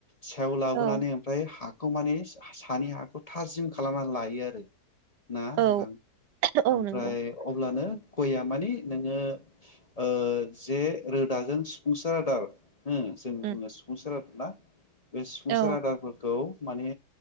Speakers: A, on the left; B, on the right.
A: सायाव लाबोनानै
B: औ
A: ओमफ्राय हा खौ माने सानि हाखौ थाजिम खालामना लायो आरो ना ओं
B: औ औ
A: ओमफ्राय
B: नंगौ
A: <unintelligible> माने नोङो ओ जे रोदाजों सफुंसार आदार हो जों
B: उम
A: बुङो सफुंसार आदार ना बे सफुंसार
B: औ
A: आदारफोरखौ माने